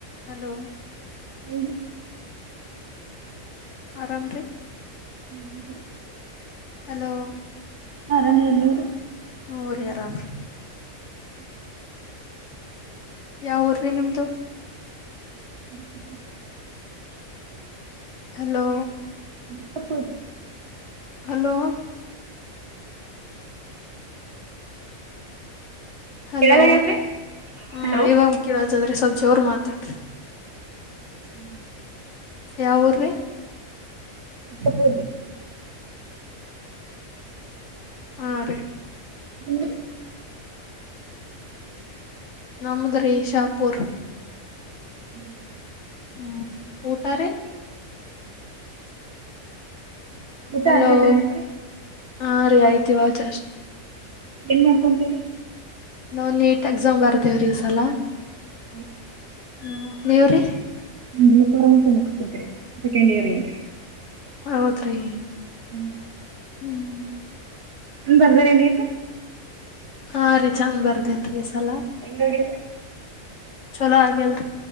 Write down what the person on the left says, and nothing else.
Hello
ಆರಾಮ್ ರೀ
ಹಲೋ
ಹು ರೀ ಆರಾಮ್ ರೀ
ಯಾವ್ ಊರ್ ರೀ ನಿಮ್ದು
ಹಲೋ
ಹಲೋ ಹಲೋ
ಹ
ಇವಾಗ್ ಕೇಳತಾದ್ರೀ ಸಲ್ಪ ಜೋರ್ ಮಾತಾಡ್ರಿ.
ಯಾವ ಊರ್ ರೀ
ಹಾ ರೀ
ನಮ್ಮದ್ ರೀ ಶಾಪುರ್
ಹ್ಮ್ ಊಟ ರೀ
ಹಲೋ
ಹಾ ರೀ ಆಯ್ತು ಇವಾಗ್ ಜಸ್ಟ್
ನಾವು ನೀಟ್ ಎಕ್ಸಾಮ್ ಬರ್ದೀವ್ ರೀ ಈ ಸಲ
ಹ್ಮ ನೀವ್ ರೀ
ಹೌದ್ರಿ
ಹ್ಮ್
ಹಾ ರೀ ಚಂದ್ ಬರ್ದೇನ್ ರೀ ಈ ಸಲ
ಚಲೋ ಹಾಗೆದ್ ರೀ